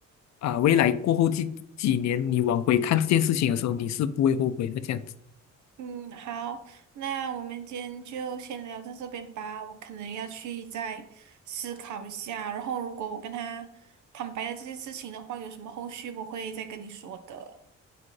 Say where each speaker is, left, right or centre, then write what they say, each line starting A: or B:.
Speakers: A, on the left; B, on the right.
A: 啊、未来过后这几年，你往回看这件事情的时候，你是不会后悔的。这样子，
B: 嗯，好，那我们今天就先聊到这边吧。我可能要去再思考一下，然后如果我跟他坦白了这件事情的话，有什么后续我会再跟你说的。